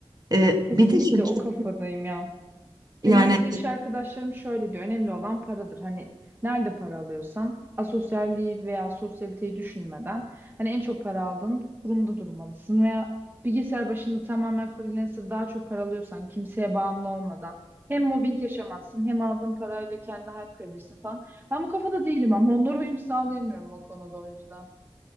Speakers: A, on the right (about 40°); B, on the right (about 20°).
A: E,
B: Kesinlikle
A: bir de şirket
B: o kafadayım ya.
A: yani
B: Benim mesela iş arkadaşlarım şöyle diyor. Önemli olan paradır. Hani nerede para alıyorsan asosyalliği veya sosyaliteyi düşünmeden hani en çok para aldığın kurumda durmalısın veya bilgisayar başında tamamen freelancer daha çok para alıyorsan kimseye bağımlı olmadan hem mobbing yaşamazsın hem aldığın parayla kendine hayat kurabilirsin falan. Ben bu kafada değilim ama onlara uyum sağlayamıyorum o konuda o yüzden.